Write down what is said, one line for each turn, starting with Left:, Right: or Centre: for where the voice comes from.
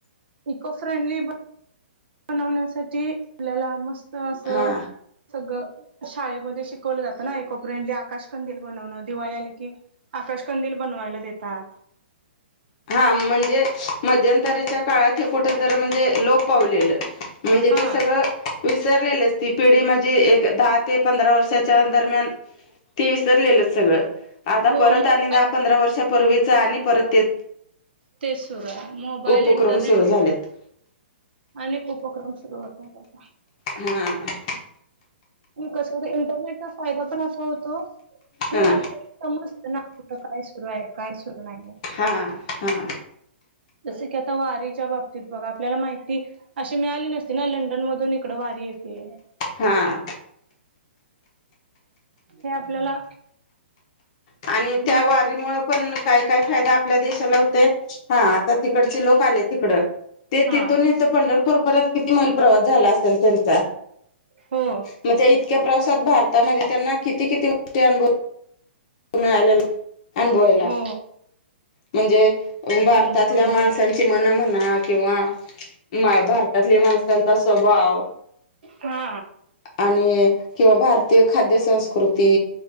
Right: इको फ्रेंडली बनवण्यासाठी आपल्याला मस्त असं
Left: हा
Right: सगळं शाळेमध्ये शिकवलं जातं ना एकोपरेंडली आकाश कंंदल बनवणं दिवाळी आली की आकाशकंदील बनवायला देतात
Left: हा म्हणजे मध्यंतरीच्या काळात हे कुठंतरी म्हणजे लोप पावलेलं म्हणजे
Right: हा
Left: ते सगळं. विसरलेलीच ती पिढी म्हणजे एक दहा ते पंधरा वर्षाच्या दरम्यान ते विसरलेल सगळं आता
Right: हो
Left: परत
Right: मोबाईल
Left: आणि दहा पंधरा वर्षापूर्वीच आणि परत ते
Right: तेच सुरु हाय मोबाईल
Left: उपक्रम
Right: इंटरनेट
Left: सुरू झालेत
Right: अनेक उपक्रम सुरू होतात आता
Left: हा
Right: कसं होत इंटरनेटचा फायदा पण असा होतो की
Left: हा
Right: आप समजत ना कुठं काय सुरू आहे काय सुरू नाही
Left: हां हां
Right: जस की आता वारीच्या बाबतीत बघा आपल्याला माहिती अशी मिळाली नसती ना लंडन मधून इकड वारी येते
Left: हा
Right: हे आपल्याला
Left: आणि त्या
Right: माहिती
Left: वारीमुळे पण काय काय फायदा आपल्या देशाला हो ते हा आता तिकडचे लोक आले तिकड ते
Right: हा
Left: तिथून पंढरपूरपर्यंत किती मैल प्रवास झाला असेल त्यांचा
Right: हो
Left: मग त्या इतक्या प्रवासात भारतामध्ये त्यांना किती किती गोष्टी अनुभव. त मिळालेल अनुभवायला.
Right: हो
Left: म्हणजे भारतातल्या
Right: अनुभवांवर
Left: माणसांची मन म्हणा किंवा. म भारतातल्या माणसांचा स्वभाव,
Right: हा
Left: आणि किंवा भारतीय खाद्य संस्कृती,